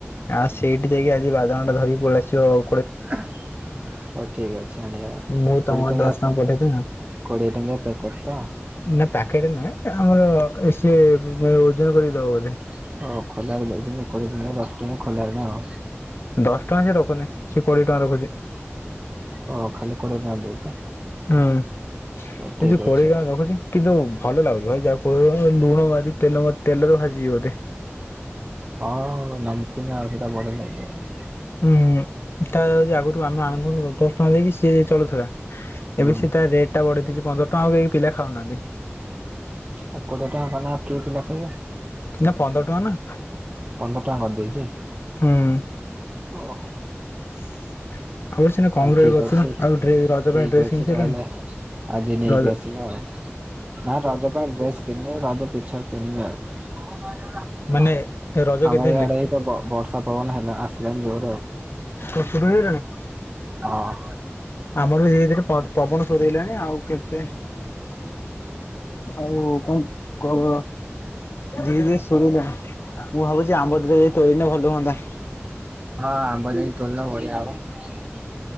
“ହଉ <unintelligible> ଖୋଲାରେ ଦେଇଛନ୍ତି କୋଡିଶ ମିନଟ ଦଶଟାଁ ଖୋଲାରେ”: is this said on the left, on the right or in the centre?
Right